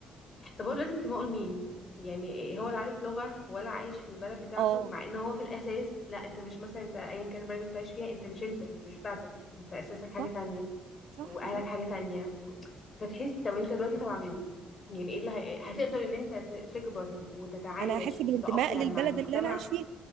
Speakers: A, on the left; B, on the right.
A: طب هو دلوقتي انتمائه لمين يعني هو لا عارف لغه ولا عايش في البلد بتاعته
B: اه
A: مع ان هو في الاساس لا انت مش مثلا انت ايا كان البلد اللي انت عايش فيها انت مش انت دي مش بتاعتك انت اساسك حاجه
B: صح
A: تانية
B: صح
A: واهلك
B: صح
A: حاجه تانية و... فتحس طب انت دلوقتي تبع مين يعني ايه اللي ه... هتقدر ان انت ت- تكبر وتتعايش
B: انا هحس
A: وتتاقلم
B: بالانتماء للبلد
A: مع المجتمع
B: اللي انا عايش فيها